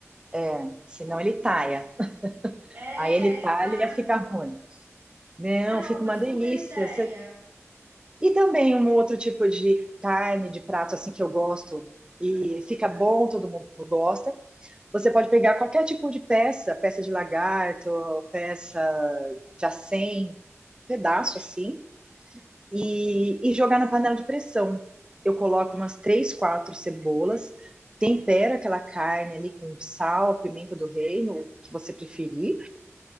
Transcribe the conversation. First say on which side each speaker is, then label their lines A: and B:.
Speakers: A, on the right; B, on the right.
A: É, senão ele talha.
B: É,
A: Aí ele talha,
B: exato.
A: fica ruim. Não,
B: Não,
A: fica
B: uma
A: uma
B: super
A: delícia.
B: ideia.
A: Você- E também um outro tipo de carne, de prato assim que eu gosto e fica bom, todo mundo gosta. Você pode pegar qualquer tipo de peça, peça de lagarto, peça de acém, pedaço assim, e, e jogar na panela de pressão. Eu coloco umas três, quatro cebolas, tempero aquela carne ali com sal, pimenta do reino, o que você preferir.